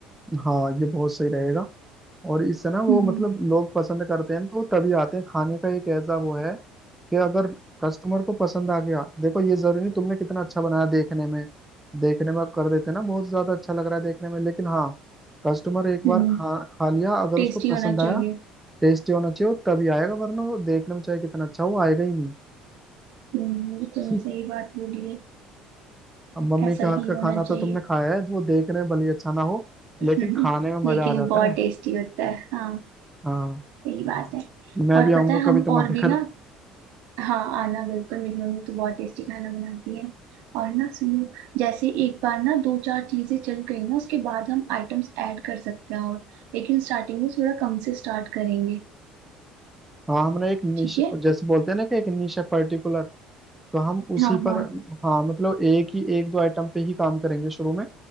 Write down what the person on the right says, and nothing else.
हम्म
हम्म
टेस्टी
होना
चाहिए
हम्म ये तुमने
सही बात बोली है
ऐसा
ही
होना
चाहिए
<laughs>
लेकिन
बहुत
टेस्टी होता है हाँ
सही बात है
और
पता है हम
और भी
ना हाँ आना बिल्कुल मेरी मम्मी तो बहुत टेस्टी खाना बनाती है और ना सुनो जैसे एक बार ना दो चार चीजें चल गई ना उसके बाद हम आइटम्स ऐड कर सकते हैं और लेकिन स्टार्टिंग में थोड़ा कम से स्टार्ट करेंगे
ठीक है
हाँ हाँ